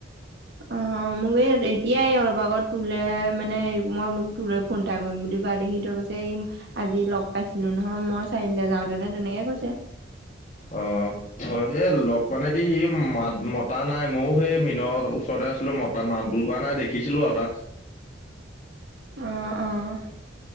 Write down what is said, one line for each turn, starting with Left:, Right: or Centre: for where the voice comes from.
Right: অ, মোক এই এদিয়াই অলপ আগত তোলে মানে মই ম তোৰ লৈ ফোন এটা কৰিম বুলি কোৱা দেখি তই কৈছে এই। আজি লগ পাইছিলো নহয় মই চাৰিআলে যাও তেনে - তেনেকে কৈছে।
Left: অ', হয় এই লগ মানে কি সি মাত মতা নাই ময়ো সেই মিনৰ ওচৰতে আছিলো মতা। <unintelligible> মাত বোল কৰা নাই দেখিছিলো আৰু তাক।
Right: অ', অ',